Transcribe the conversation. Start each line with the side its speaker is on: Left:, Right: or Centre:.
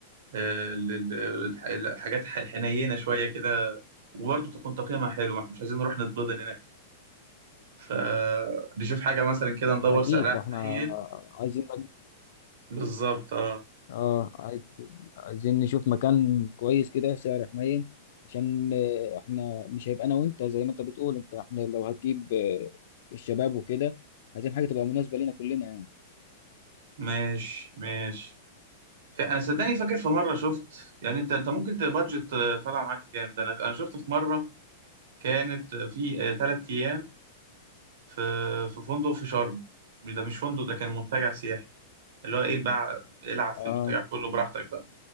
Right: آه، لل- الح- الحاجات ح- حنينه شويه كده وبرضه تكون تقييمها حلو ما احنا مش عايزين نروح نتبضن هناك فنشوف حاجه مثلا كده ندور
Left: اكيد
Right: سعرها
Left: ده احنا
Right: حنين
Left: عايزين مك...
Right: بالظبط اه
Left: اه عايز... عايزين نشوف مكان كويس كده سعر حنين عشان آه، احنا مش هيبقى انا وانت زي ما انت بتقول انت احنا لو هتجيب آه، الشباب وكده عايزين حاجه تبقى مناسبه لينا كلنا يعني
Right: ماشي ماشي ف- انا صدقني فاكر في مره شفت يعني انت انت ممكن تبادجت طالع معاك كام ده انا انا شفت في مره كانت في ثلاث ايام في في فندق في شرم ده مش فندق ده كان منتجع سياحي اللي هو ايه بقى العب في
Left: اه
Right: المنتجع كله براحتك بقى